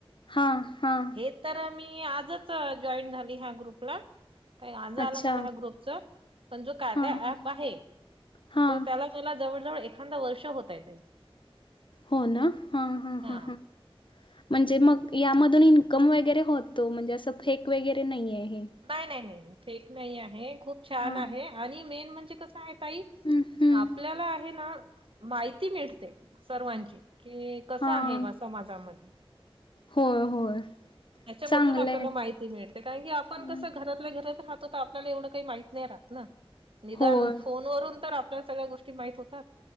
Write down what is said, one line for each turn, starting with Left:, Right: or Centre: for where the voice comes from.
Left: हां हां
Right: हेतर मी आजच जॉईन झाली ह्या ग्रुपला. काय आज
Left: अच्छा
Right: आला मला ह्या ग्रुपचा पण जो कार्या
Left: हां हां
Right: ॲप आहे
Left: हां
Right: त त्याला मला जवळजवळ एखांद वर्ष होतय ताई.
Left: हो ना हां हां
Right: हा
Left: हां हां. म्हंजे मग यामधून इन्कम वगैरे होतो म्हंजे असं फेक वेगैरे नाहीये.
Right: नाही नाही नाही फेक नाही आहे खूप छान
Left: हां
Right: आहे आणि मेन म्हणजे कस साय ताई
Left: हं हं
Right: आपल्याला आहेना माहिती मिळते सर्वांची. किइ कस
Left: हां
Right: आहे वा समाजामध्
Left: होय होय.
Right: त्याच्याबद्दल
Left: चांगलं
Right: आपल्याला
Left: आहे
Right: माहिती मिळते कारण की आपण
Left: हं,
Right: कसं घरातल्या घरात. राहतो तर आपल्या एवढं काइ माहित नई राहतना निदान
Left: होय
Right: फोनवरून तर आप पल्या सगळ्या गोष्टी माहित होतात.